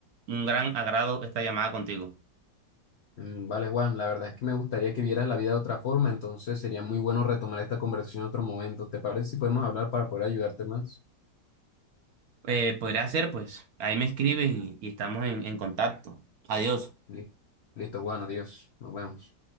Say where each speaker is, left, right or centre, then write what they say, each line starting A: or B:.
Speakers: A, on the right; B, on the left.
A: un gran agrado esta llamada contigo.
B: Mm, Vale, Juan, la verdad es que me gustaría que vieras la vida de otra forma, entonces sería muy bueno retomar esta conversación en otro momento. ¿Te parece si podemos hablar para poder ayudarte más?
A: Eh, podría ser, pues. Ahí me escribes y, y estamos en en contacto. Adiós.
B: Li- Listo, Juan, adiós, nos vemos.